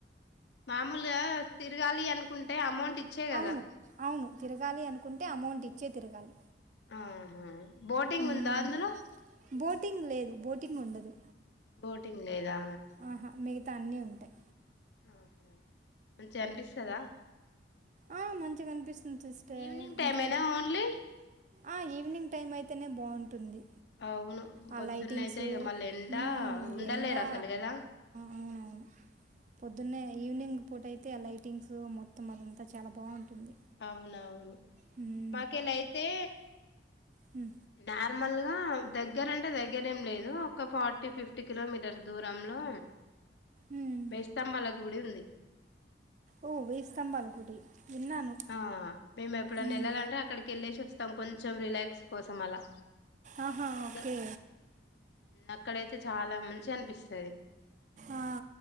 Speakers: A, on the left; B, on the right.
A: మామూలుగా తిరగాలి అనుకుంటే అమౌంట్ ఇచ్చే కదా.
B: అవును అవును తిరగాలి అనుకుంటే అమౌంట్ ఇచ్చే తిరగాలి.
A: ఆహా. బోటింగ్
B: మ్మ్.
A: ఉందా అందులో?
B: బోటింగ్ లేదు, బోటింగ్ ఉండదు.
A: బోటింగ్ లేదా.
B: ఆహా మిగతా అన్నీ ఉంటాయి.
A: ఆహా. మంచిగా అనిపిస్తదా?
B: ఆ మంచిగా అనిపిస్తుంది సిస్టర్,
A: ఈవినింగ్ టైమ్
B: ఇంకా.
A: ఏనా ఓన్లీ
B: ఆ ఈవినింగ్ టైం అయితేనే బావుంటుంది.
A: అవును
B: ఆ
A: పొద్దున్న
B: లైటింగ్సు
A: అయితే ఇక మళ్ళీ ఎండ
B: హ్మ్
A: ఉండలేరు
B: ఎండా.
A: అసలు కదా
B: అవునవును పొద్దున్నే ఈవినింగ్ పూట అయితే ఆ లైటింగ్స్ మొత్తం అదం తా చాలా బావుంటుంది.
A: అవునవును.
B: హ్.
A: మాకేళ్ళి అయితే
B: హు
A: నార్మల్గా దగ్గరంటే దగ్గర ఏం లేదు. ఒక ఫార్టీ ఫిఫ్టీ కిలోమీటర్స్ దూరంలో
B: మ్మ్.
A: బేస్తంబాల గుడి ఉంది.
B: ఓ వేయి స్తంభాల గుడి విన్నాను.
A: ఆ మేము ఎప్పుడన్నా
B: మ్మ్.
A: ఎళ్ళాలంటే అక్కడికి ఎళ్ళేశి వస్తాం కొంచెం రిలాక్స్ కోసం అలా.
B: ఆహా ఓకే.
A: ద- అక్కడైతే చాలా మంచిగా అనిపిస్తుది
B: ఆ